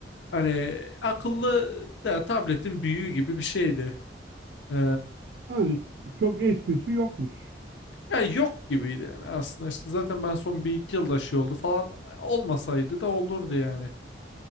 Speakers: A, on the left; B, on the right.
A: Hani akıllı ya, tabletin büyüğü gibi bir şeydi. Ee,
B: Ha, çok esprisi yokmuş.
A: Ya yok gibiydi yani aslında işte zaten ben son bir iki yılda şey oldu falan olmasaydı da olurdu yani.